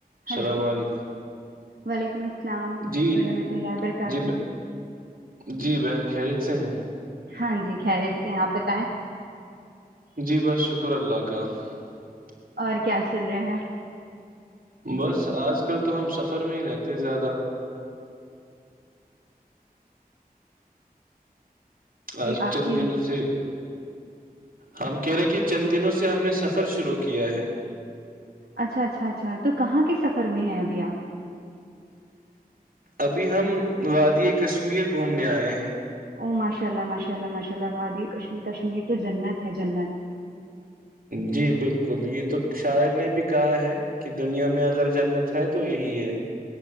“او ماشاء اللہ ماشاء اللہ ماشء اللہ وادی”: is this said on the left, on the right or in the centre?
Right